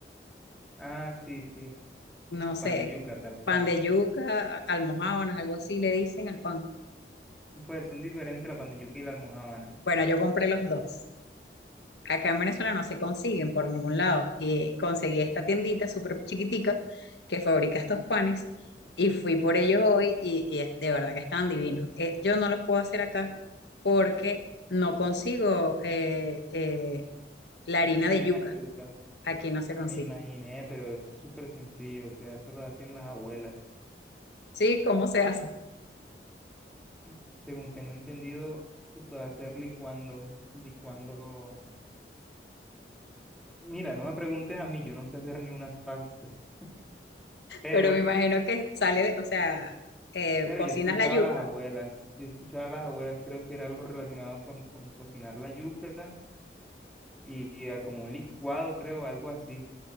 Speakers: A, in the centre; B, on the left.
A: Ah, sí, sí.
B: no sé,
A: Pan de yuca, tal cual.
B: pan de yuca, almojábanas, algo así le dicen al pan.
A: Pues son diferentes la pan de yuca y la almojábana.
B: Bueno, yo compré los dos. acá en Venezuela no se consiguen por ningún lado. Y conseguí esta tiendita súper chiquitica que fabrica estos panes y fui por ellos hoy y, y es- de verdad que están divinos. Eh, yo no los puedo hacer acá porque no consigo eh, eh, la harina
A: La
B: de
A: harina
B: yuca.
A: de yuca,
B: Aquí no se consigue.
A: me imaginé, pero es súper sencillo. O sea, eso lo hacían las abuelas.
B: Sí, ¿cómo se hace?
A: Y Según tengo entendido, se puede hacer licuando, licuando. Mira, no me preguntes a mí, yo no sé hacer ni unas pastas. Pero
B: Pero me imagino que sale de, o sea, eh,
A: Pero
B: cocinas
A: yo escuchaba
B: la yuca
A: a las abuelas, yo escuchaba a las abuelas, creo que era algo relacionado con, con cocinar la yuca y, y a como un licuado, creo, algo así.